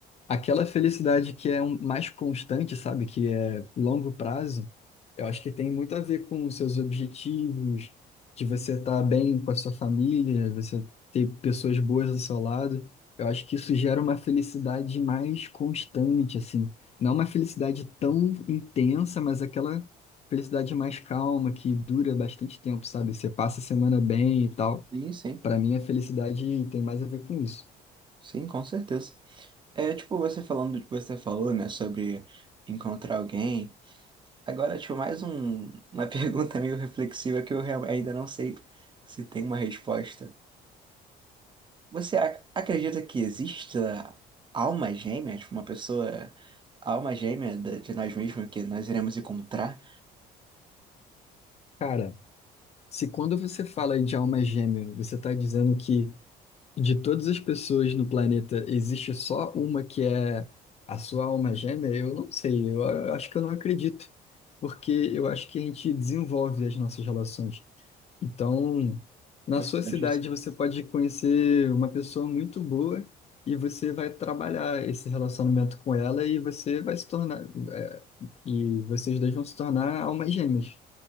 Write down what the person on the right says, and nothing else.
Sim, sim.
Sim, com certeza. É, tipo, você falando do que você falou, né, sobre encontrar alguém. Agora, tipo, mais um, uma <laughs> pergunta meio reflexiva que eu real- ainda não sei se tem uma resposta. Você ac- acredita que exista alma gêmea, tipo, uma pessoa, alma gêmea da- de nós mesmos que nós iremos encontrar?
Verdade.
isso.